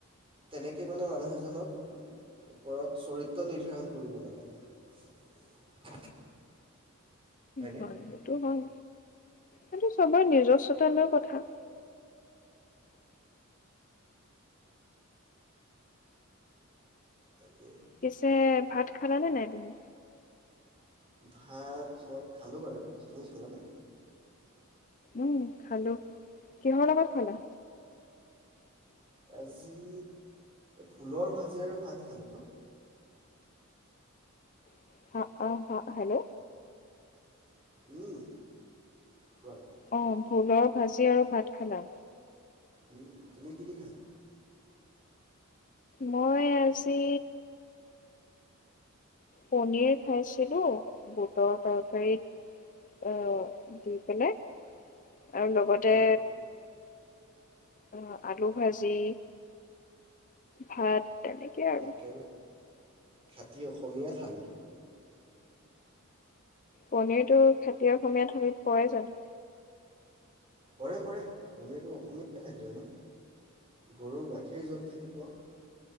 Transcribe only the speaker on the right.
তেনেকে মানে মানুহ এজনক ওপৰত চৰিত্ৰ নিৰ্ধাৰণ কৰিব নালাগে। হয়নে
তাকে
ভাত মই খালোঁ বাৰু তুমি খালানে?
আজি ভোলৰ ভাজি আৰু ভাত খালো।
উম, কোৱা।
উম তুমি কিদি খালা?
উম,
একেবাৰে খাটি অসমীয়া থালি।
পৰে পৰে। পনীৰটো অসমীয়া খাদ্যই ন? গৰুৰ গাখীৰ যত থাকিব